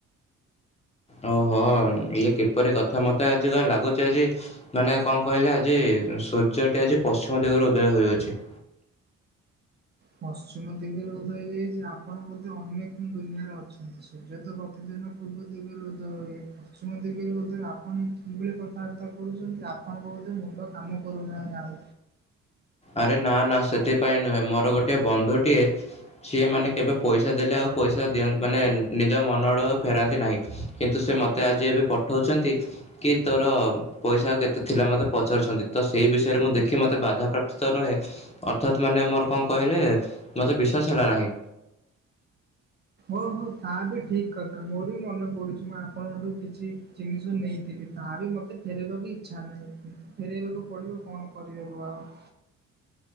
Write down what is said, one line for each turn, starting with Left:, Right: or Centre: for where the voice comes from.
Left: ଓହୋ ଇଏ କିପରି କଥା ମତେ ଆଜି କଣ ଲାଗୁଛି ଆଜି ମାନେ କଣ କହିଲେ ଆଜି ସୂର୍ଯ୍ୟଟି ଆଜି ପଶ୍ଚିମ ଦିଗରୁ ଉଦୟ ହୋଇଅଛି।
Right: ପଶ୍ଚିମ ଦିଗରେ ଉଦୟ ହୋଇଯାଇଛି ଆପଣ ବୋଧେ ଅନ୍ୟ କେଉଁ ଦୁନିଆରେ ଅଛନ୍ତି ସୂର୍ଯ୍ୟତ ପ୍ରତିଦିନ ପୂର୍ବ ଦିଗରୁ ଉଦୟ ହେବେ ପଶ୍ଚିମ ଦିଗରୁ ଉଦୟ ଆପଣ ଏକିଭଳି କଥାବାର୍ତ୍ତା କର କରୁଛନ୍ତି ଆପଣଙ୍କର ବୋଧେ ମୁଣ୍ଡ କାମ କରୁନାହିଁ ଆଉ।
Left: ଆରେ ନା ନା ସେଥିପାଇଁ ନୁହେଁ ମୋର ଗୋଟେ ବନ୍ଧୁଟିଏ ସିଏ ମାନେ କେବେ ପଇସା ଦେଲେ ଆଉ ପଇସା ଦିଅନ୍ତି ମାନେ ନିଜ ମନ ଆଡ଼ୁ ଆଉ ଫେରାନ୍ତି ନାହିଁ। କିନ୍ତୁ ସେମୋତେ ଆଜି ଏବେ ପଠଉଛନ୍ତି କି ତୋର ପଇସା ଆଉ କେତେ ଥିଲା ମୋତେ ପଚାରୁଛନ୍ତି ତସେହି ବିଷୟରେ ମୁଁ ଦେଖି ମୋତେ ବାଧାପ୍ରାପ୍ତ ନୁହେଁ ଅର୍ଥାତ ମାନେ ମୋର କଣ କହିଲେ ମତେ ବିଶ୍ଵାସ ହେଲା ନାହିଁ।
Right: ଓହୋ ତାହାବି ଠିକ୍ କଥା ମୋରବି ମନେ ପଡ଼ୁଚି ମୁଁ ଆପଣଙ୍କଠୁ କିଛି ଜିନିଷ ନେଇଥିଲି ତାହାବି ମତେ ମତେ ଫେରାଇବାକୁ ଇଚ୍ଛା ନାହିଁ କିନ୍ତୁ ଫେରାଇବାକୁ ପଡ଼ିବ କଣ କରିହେବ ଆଉ।